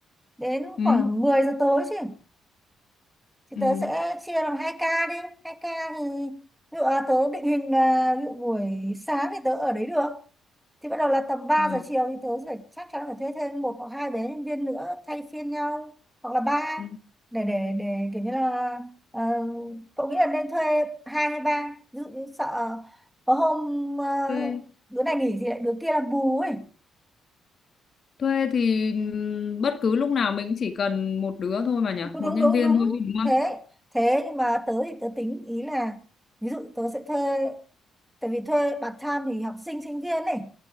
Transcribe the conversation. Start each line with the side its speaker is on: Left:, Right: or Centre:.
Centre: đến
Left: ừ
Centre: khoảng 10 giờ tối chứ thì
Left: ừ
Centre: tớ sẽ chia làm hai ca đi hai ca thì ví dụ là tớ định hình là ví dụ buổi sáng thì tớ ở đấy được thì bắt đầu là tầm ba
Left: Ờ,
Centre: giờ chiều thì tớ phải chắc chắn phải thuê thêm một hoặc hai bé nhân viên nữa thay phiên nhau hoặc là ba
Left: ừ.
Centre: để để để kiểu như là ờ, cậu nghĩ là nên thuê hai hay ba ví dụ như sợ có hôm uh,
Left: thuê
Centre: đứa này nghỉ thì lại đứa kia làm bù ấy
Left: thuê thì ừm, bất cứ lúc nào mình chỉ cần một đứa thôi mà nhỉ
Centre: đúng
Left: một
Centre: đúng
Left: nhân
Centre: đúng
Left: viên
Centre: đúng
Left: thôi chứ đúng không
Centre: thế thế nhưng mà tớ thì tớ tính ý là ví dụ tớ sẽ thuê tại vì thuê part time thì học sinh sinh viên này